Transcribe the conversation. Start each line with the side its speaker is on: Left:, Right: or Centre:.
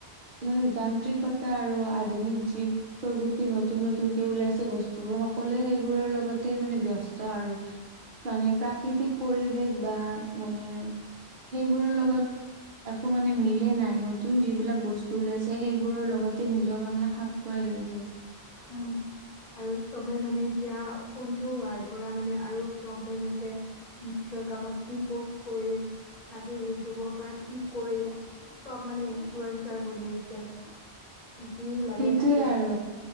Right: মানে যান্ত্ৰিকতা আৰু আধুনিক যি প্ৰযুক্তি নতুন নতুনকে ওলাইছে বস্তুবোৰ সকলোৱে সেইবোৰৰ লগত লগতে মানে ব্যস্ত আৰু মানে প্ৰাকৃতিক পৰিৱেশ বা মানে সেইবোৰৰ লগত একো মানে মিলে নাই, নতুন যিবিলাক বস্তু ওলাইছে সেইবোৰৰ লগতে নিজকে মানে খাপ খুৱাই লৈছে।
Left: উম আৰু চবে মানে এতিয়া ফোন টো হোৱাৰ পৰা মানে আৰু প্ৰব্লেম হৈছে। ইনষ্টাগ্ৰামত কি প কৰিম? আজি ইউটিউবৰ পৰা কি কৰিম
Right: সেইটোৱে
Left: চব মানে ইনফ্লুৱেঞ্চাৰ বনি গৈছে যি লাগে তাকে
Right: আৰু